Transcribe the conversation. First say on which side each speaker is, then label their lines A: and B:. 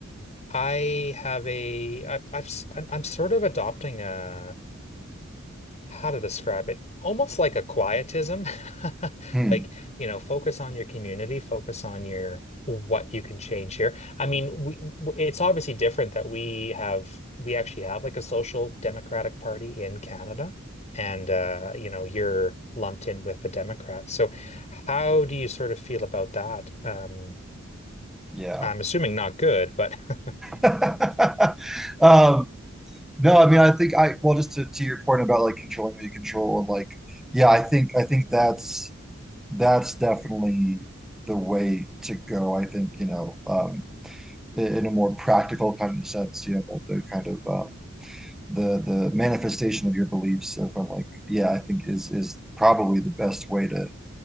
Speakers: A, on the left; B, in the centre.
A: I have a I, I've s- I'm, I'm sort of adopting a how to describe it almost like a quietism <laughs>
B: Hmm.
A: like you know focus on your community focus on your what you can change here I mean we w- it's obviously different that we have we actually have like a social democratic party in Canada and uh you know you're lumped in with the Democrats so how do you sort of feel about that um
B: Yeah.
A: I'm assuming not good but <laughs>
B: <laughs> Um, no, I mean, I think I, well, just to, to your point about like controlling what you control and like, yeah, I think, I think that's, that's definitely the way to go. I think, you know, um, i- in a more practical kind of sense, you know, the, the kind of um, the the manifestation of your beliefs uh, from like, yeah, I think is is probably the best way to